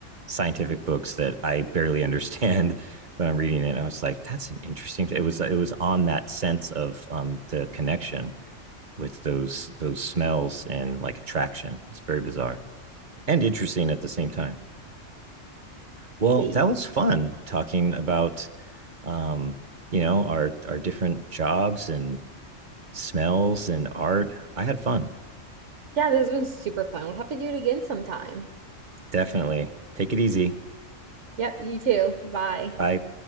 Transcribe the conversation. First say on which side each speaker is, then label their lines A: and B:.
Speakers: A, on the right; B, on the right.
A: scientific books that I barely <laughs> understand when I'm reading it. And I was like, that's an interesting. It was it was on that sense of um, the connection with those those smells and like attraction. It's very bizarre and interesting at the same time. Well,
B: Okay.
A: that was fun talking about um, you know our our different jobs and smells and art. I had fun.
B: Yeah, this has been super fun. We'll have to do it again sometime.
A: Definitely. Take it easy.
B: Yep, you too. Bye.
A: Bye.